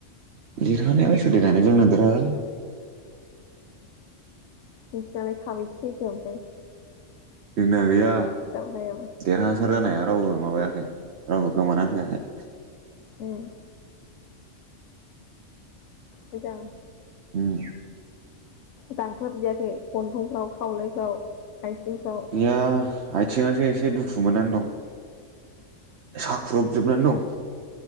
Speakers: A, on the right; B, on the left.
A: देरहानायालाय सोर देरहागोन जोंनो देरहागोन।
B: नोंसिनालाय साबैसे थैखो ओमफ्राय?
A: जोंना गैया।
B: दावहायाव
A: देरहासार जानाया रावबो माबायाखै रावबो गोमानानै फैयाखै।
B: उम मोजां।
A: उम।
B: दानख्लाबजायाखै गन्थंफ्राव, खावलायफ्राव, आथिंफ्राव
A: गैया आइथिङासो एसे दुखु मोननानै दं साख्रुबजोबनानै दं।